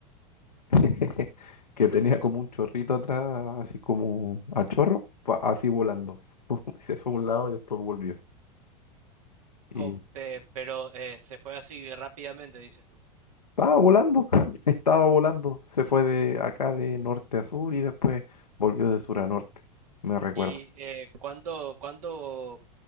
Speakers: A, on the left; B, on the right.
A: <laughs> que tenía como un chorrito atrás, así como a chorro, pa- así volando. <laughs> Se fue a un lado y después volvió. Y
B: Con- pe- pero eh, se fue así rápidamente, dices tú.
A: estaba volando, <laughs> estaba volando. Se fue de acá de norte a sur y después volvió de sur a norte. Me recuerdo.
B: ¿Y eh, cuánto, cuánto,